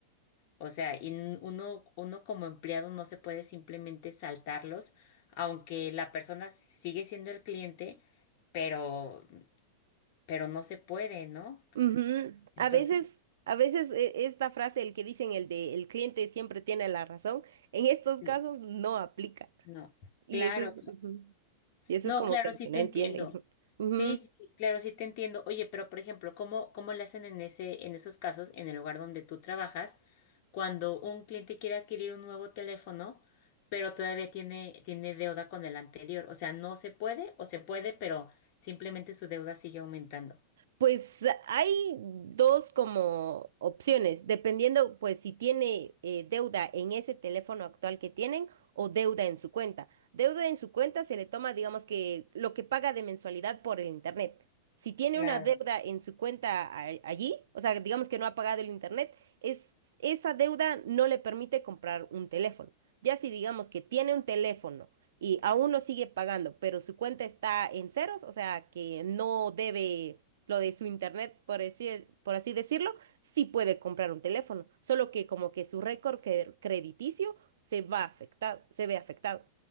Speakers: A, on the left (about 35°); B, on the right (about 85°).
A: o sea, y n- uno, uno como empleado no se puede simplemente saltarlos, aunque la persona sigue siendo el cliente, pero, pero no se puede, ¿no?
B: ujú.
A: Entonces,
B: A veces, a veces e- esta frase, el que dicen el de el cliente siempre tiene la razón, en estos
A: le-
B: casos no aplica.
A: no.
B: Y
A: Claro,
B: eso es... ujú. Y eso
A: No,
B: es como
A: claro,
B: que lo
A: sí
B: que
A: te
B: no entienden.
A: entiendo.
B: <laughs> Ujú.
A: Sí, sí, claro, sí te entiendo. Oye, pero por ejemplo, ¿cómo, cómo le hacen en ese, en esos casos, en el lugar donde tú trabajas, cuando un cliente quiere adquirir un nuevo teléfono, pero todavía tiene, tiene deuda con el anterior? O sea, no se puede o se puede, pero simplemente su deuda sigue aumentando.
B: Pues hay dos como opciones, dependiendo pues si tiene eh, deuda en ese teléfono actual que tienen o deuda en su cuenta. Deuda en su cuenta se le toma, digamos que lo que paga de mensualidad por el internet. Si tiene
A: Claro.
B: una deuda en su cuenta a- allí, o sea, digamos que no ha pagado el internet, es, esa deuda no le permite comprar un teléfono. Ya si digamos que tiene un teléfono y aún lo sigue pagando, pero su cuenta está en ceros, o sea, que no debe lo de su internet, por así, por así decirlo, sí puede comprar un teléfono, solo que como que su récord cre- crediticio se va afectado, se ve afectado.